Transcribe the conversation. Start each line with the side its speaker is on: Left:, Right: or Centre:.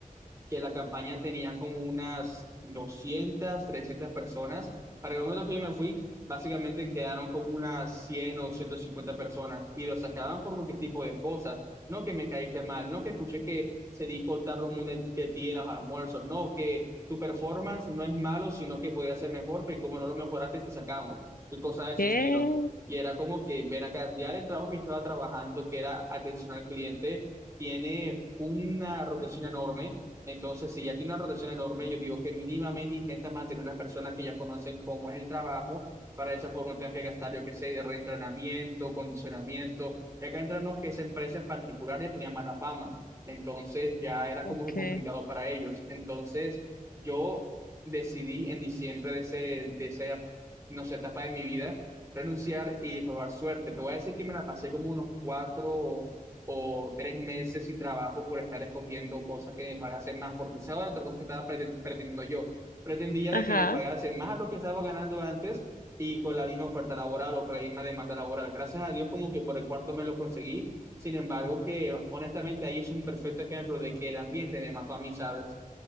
Right: que la campaña tenía como unas doscientas trescientas personas. Para el momento que yo me fui, básicamente quedaron como unas 100 o 150 personas y los sacaban por cualquier tipo de cosas. No que me caíste mal, no que escuché que se dijo el tarro mundo que tienes al almuerzo, no que tu performance no es malo, sino que podría ser mejor, pero como no lo mejoraste, te sacamos y cosas de ese
Left: ¿Qué?
Right: estilo. Y era como que, ven acá, ya del trabajo que estaba trabajando, que era atención al cliente, tiene una rotación enorme entonces, si ya tiene una rotación enorme, yo digo que mínimamente intenta mantener a las personas que ya conocen cómo es el trabajo, para de esa forma tengan que gastar, yo qué sé, de reentrenamiento, condicionamiento. Ya que entramos que esa empresa en particular ya tenía mala fama, entonces ya era como que
Left: ¿Qué?
Right: complicado para ellos. Entonces, yo decidí en diciembre de, ese, de esa, no sé, etapa de mi vida, renunciar y probar suerte. Te voy a decir que me la pasé como unos cuatro o tres meses sin trabajo por estar escogiendo cosas que me pagasen más, porque esa era otra cosa que estaba preten- pretendiendo yo. Pretendía de
Left: Ajá.
Right: que me pagasen más a lo que estaba ganando antes y con la misma oferta laboral o con la misma demanda laboral. Gracias a Dios como que por el cuarto me lo conseguí. Sin embargo, que honestamente ahí es un perfecto ejemplo de que el ambiente me mató a mí, ¿sabes?